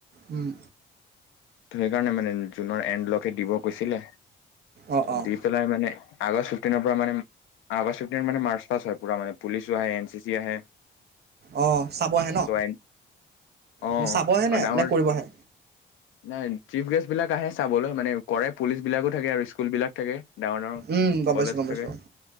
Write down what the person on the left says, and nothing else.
সেইকাৰণে মানে জুনৰ এণ্ডলৈকে দিব কৈছিলে
ত
দি পেলাই মানে আগৰ চুফটিনৰ পৰা মানে আগষ্ট ফিফটিন মানে মাৰ্চ পাছ হয় পুৰা মানে পুলিচো আহে এন চি চি আহে।
ত' এন অ
আৰু ডাঙৰ
নাই চিফ গেষ্টবিলাক আহে চাবলৈ মানে কৰে পুলিচবিলাকো থাকে আৰু স্কুলবিলাক থাকে। ডাঙৰ ডাঙৰ
কলেজ
থাকে।